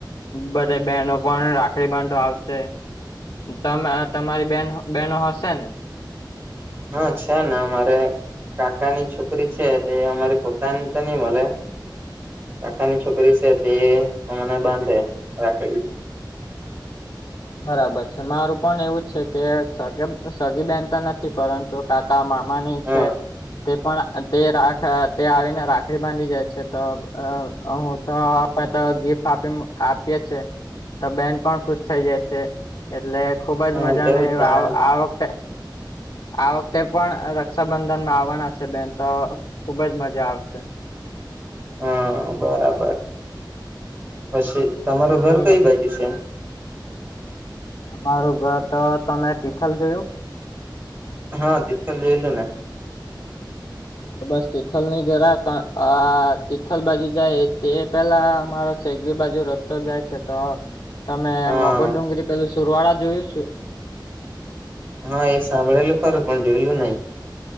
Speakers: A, on the left; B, on the right.
A: બધા બહેનો પણ રાખડી બાંધો આવશે. ત તમારી બેન બેનો હશે ને.
B: હા છે ને મારે કાકાની છોકરી છે તે અમારી પોતાને તો નઈ મળે. કાકાની છોકરી છે તે મને બાંધે રાખડી.
A: બરાબર છે મારું પણ એવું છે કે સગ સગી બેન તો નથી પરંતુ કાકા મામા ની
B: હા
A: છે. તે પણ તે રાખ તે આવીને રાખડી બાંધી જાય છે તો હું તો તો ગિફ્ટ આપી આપીએ છે તો બેન પણ ખુશ થઈ જાય છે એટલે ખુબ
B: હા
A: જ મજા
B: તેવું જ જાણે
A: આ વખતે આ વખતે પણ રક્ષાબંધનમાં આવવાના છે બેન તો ખુબ જ મજા આવશે.
B: હા બરાબર પછી તમારું
A: બીજું
B: ઘર
A: તો
B: કઈ બાજુ છે.
A: તમારું ઘર તો તમે તિથલ જોયું.
B: હા તિથલ જોયલું ને.
A: હા તો બસ તિથલ ની જરા તિથલ બાજુ જાય તે. પેલા મામારો શેગી બાજુ રસ્તો જાય છે તો તમે
B: હા
A: મગર ડુંગરી પેલું સુરવાળા જોયું.
B: હા એ સાંભળેલું ખરું પણ જોયલું નહી.